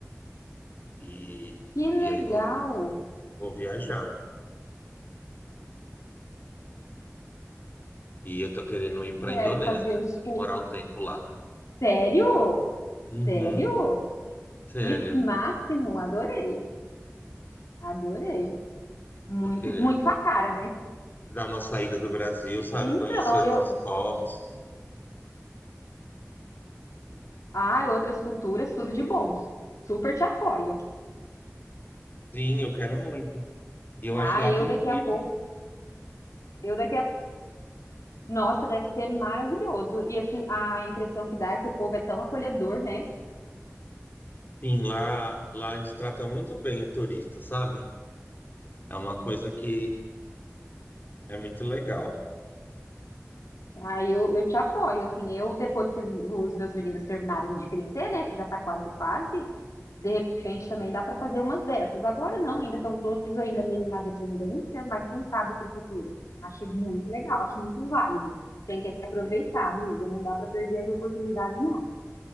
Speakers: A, on the left; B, on the left.
A: E
B: Que
A: e
B: legal!
A: aí vou Vou viajar. E eu tô querendo ir pra
B: Quero
A: Indonésia,
B: fazer uns tour.
A: morar um tempo lá.
B: Sério?
A: Uhum,
B: Sério?
A: sério,
B: Que máximo! Adorei, adorei. Muito,
A: tô querendo.
B: muito sua cara, né?
A: Dar uma saída do Brasil, sabe?
B: Então,
A: Conhecer outros
B: eu.
A: povos.
B: Ah, outras culturas, tudo de bom. Super te apoio.
A: Sim, eu quero muito. E eu
B: Ah,
A: acho lá
B: eu
A: tão
B: daqui
A: bonito.
B: a pouco. Eu daqui a. Nossa, deve ser maravilhoso. E assim, a impressão que dá é que o povo é tão acolhedor, né?
A: Sim, lá, lá eles tratam muito bem o turista, sabe? É uma coisa que é muito legal.
B: Ah, eu, eu te apoio, assim, eu depois que os meus meninos terminarem de crescer, né, que já tá quase, quase, de repente também dá para fazer umas dessas. Agora não, ainda estão todos ainda meio na dependência, mas quem sabe para o futuro. Acho muito legal, acho muito válido. Tem que aproveitar, amigo, não dá para perder as oportunidades, não.